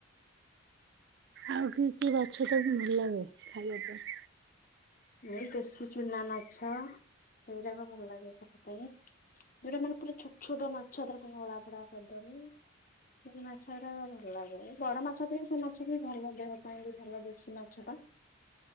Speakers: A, on the right; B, on the left.
A: ଆଉ କି କି ମାଛ ତମକୁ ଭଲ ଲାଗେ ଖାଇବା ପାଇଁ?
B: ଏଇ ଦେଶୀ ଚୁନା ମାଛ ସେଇରାକ ଭଲ ଲାଗେ ଖାଇବା ପାଇଁ। ଯୋଉଟା ମାନେ ପୁରା ଛୋଟ ଛୋଟ ମାଛ ତାକୁ ନୋଳା ପୋଡ଼ା କରିଦବ। ସେଇ ମାଛ ଗୁରା ଭଲ ଲାଗେ ବଡ ମାଛ ଅପେକ୍ଷା ସେ ମାଛ ବି ଭଲ ଦେହ ପାଇଁ ବି ଭଲ ଦେଶୀ ମାଛ ଟା।